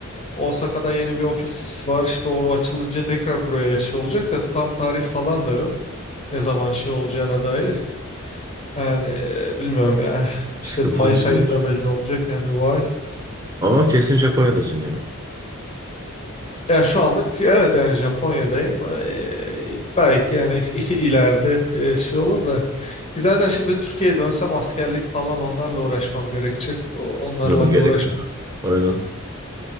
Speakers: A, on the left; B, on the right.
A: Osaka'da yeni bir ofis var işte o açılınca tekrar buraya şey olacak da tam tarih falan da yok. Ne zaman şey olacağına dair. Yani e, bilmiyorum ya.
B: sıkıntılı
A: İşte Mayıs
B: bir süreç.
A: ayında belli olacak yani bu ay.
B: Ama kesin Japonya'dasın gene.
A: Ya şu anlık evet yani Japonya'dayım. Eee, belki yani <laughs> ileride eee, şey olur da. Ki zaten şimdi Türkiye'ye dönsem askerlik falan onlarla uğraşmam gerekecek. O- Onlarla
B: Hı, gerek
A: da uğraşmak
B: yok.
A: istiyorum.
B: Aynen.